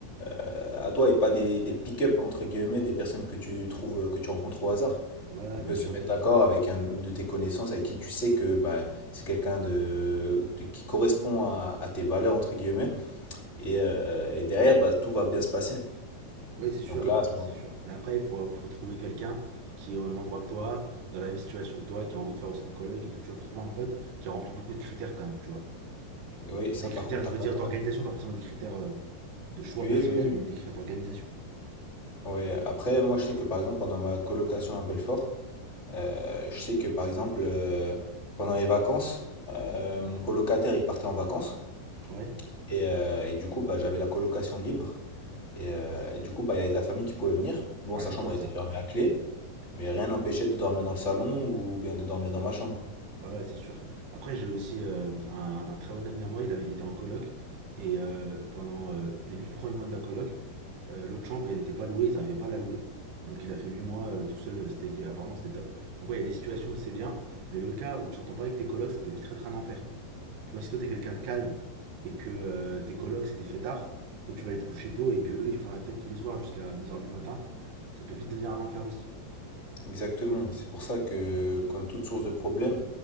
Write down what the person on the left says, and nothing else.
euh, à toi et pas des, des pick-up entre guillemets, des personnes que tu trouves, euh, que tu rencontres au hasard.
On peut
se mettre d'accord avec un- une de tes connaissances avec qui tu sais que bah, c'est quelqu'un de, de- qui correspond à, à tes valeurs entre guillemets et, euh, et derrière bah, tout va bien se passer.
Donc là, à ce moment.
Oui, ça
par contre,
t'as-
oui,
oui,
oui. Ouais, après, moi je sais que par exemple pendant ma colocation à Belfort, Euh, je sais que par exemple, euh, pendant les vacances, euh, mon colocataire il partait en vacances
et, euh, et du coup bah, j'avais la colocation libre et, euh, et du coup bah, il y avait de la famille qui pouvait venir. Bon,
sa
chambre
a été
fermée à clé, mais rien n'empêchait de dormir dans le salon ou bien de dormir dans ma chambre.
Exactement, c'est pour ça que comme toute source de problème,